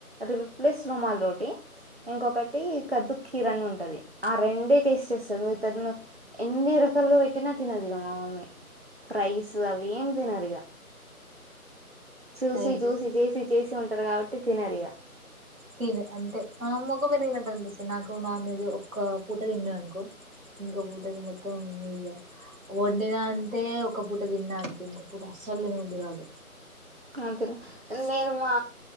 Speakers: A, on the right; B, on the right.
A: రిప్లస్ రుమాల్ రోటీ ఇంకొకటి కదు కీర అని ఉంటది ఆ రెండే టేస్ట్ చేస్తది మీరు తను ఎన్ని రకాలుగా పెట్టినా తినది ఇగ మ మమ్మీ ప్రైస్ అవి ఎం తినరీగ చూసి
B: రైస్
A: చూసి చేసి చేసి ఉంటారు కాబట్టి తినరు ఇగ
B: తిను అంతే అమ్మ ఒక మరి తిినట్ అనిపిస్తది నాకు నాన్ వెజ్ ఒక్క పూట తిన్నాననుకో ఇంకొ పూటకి మొత్తం ఇగ వండిన అంతే ఒక పూట తిన్నా అంతే ఇంకొ పూట అస్సలు తినబుద్దు కాదు
A: అంతే నేను మా